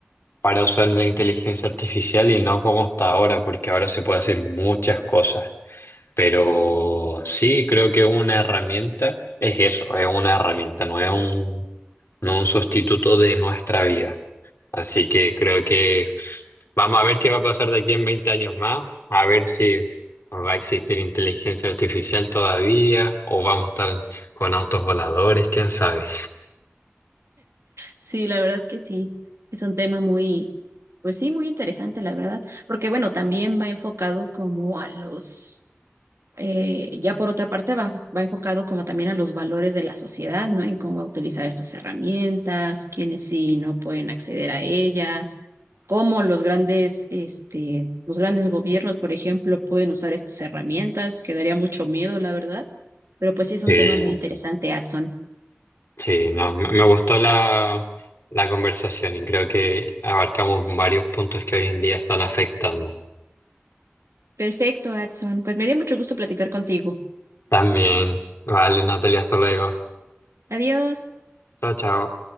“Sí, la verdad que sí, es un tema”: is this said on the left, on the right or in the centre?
Right